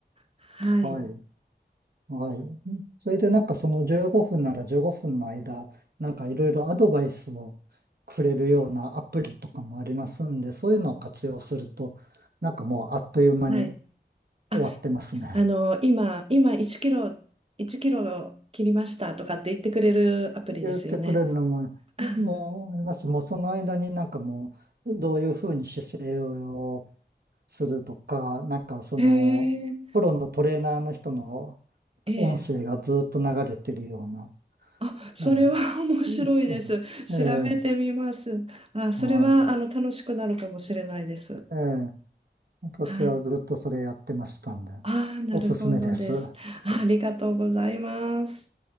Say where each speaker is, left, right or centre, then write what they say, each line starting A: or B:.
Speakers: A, on the right; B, on the right.
A: はい。
B: はい。はい。それで、なんかその15分なら15分の間、なんかいろいろアドバイスをくれるようなアプリとかもありますんで、そういうのを活用すると、なんかもうあっという間に
A: はい。あ、
B: 終わってますね。
A: あの、今、今1キロ、1キロ切りましたとかって言ってくれるアプリですよね。
B: 言ってくれるのも、
A: あ
B: もう、もしもうその間になんかもう、どういうふうに姿勢をするとか、なんかその、
A: へえ、
B: プロのトレーナーの人の
A: ええ。
B: 音声がずっと流れてるような。
A: あ、それは
B: ええ、
A: <laughs> 面白いです。
B: そうそう。
A: 調べてみます。
B: ええ、
A: あ、それはあの楽しくなるかもしれないです。
B: はい。ええ、私はずっとそれやってましたんで、
A: はい。ああ、なるほどです。
B: おすすめです。
A: あありがとうございます。